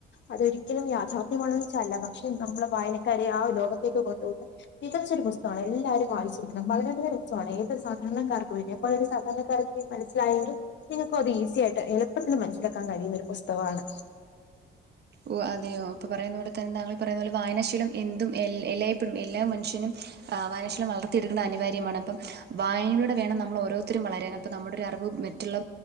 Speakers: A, on the left; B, on the right.
A: അതൊരിക്കലും യാഥാർത്ഥ്യമാണ വെച്ചാല്ല പക്ഷെ നമ്മള് വായനക്കാരെ ആ ലോകത്തേക്ക് കൊണ്ട പോന്ന് മികച്ചൊരു പുസ്തകമാണ് എല്ലാരരും വായിച്ചിരിക്കണം വളരെയധികം റിചമാണ് ഏത് സാധാരണക്കാർക്ക് പിന്നെ ഒരു സാധാരണക്കാർക്ക് മനസ്സിലായരു നിങ്ങൾക്കു അത് ഈസിിയയിട്ട് എളുപ്പത്തില് മനസ്സിലാക്കാൻ കഴിയുന്നൊ ഒരു പുസ്തകമാണ്.
B: ഓ അതെയോ ഇപ്പൊ പറയുന്ന പോലെ തന്നൊങ്കൾ പറയുന്നുന്നത് പോലെ വായനാശീലം എന്തും എ എല്ലായ്പഴും എല്ലാ മനുഷ്യനും വായനാശീലം വളർത്തിയെടുക്കണം അനിവാര്യമാണ് അപ്പം വായനലൂടെ വേണം നമ്മൾ ഓരോരുത്തരും വളരൻ അപ്പോൾ നമ്മുടെ ഒരു അറിവ് മറ്റുള്ള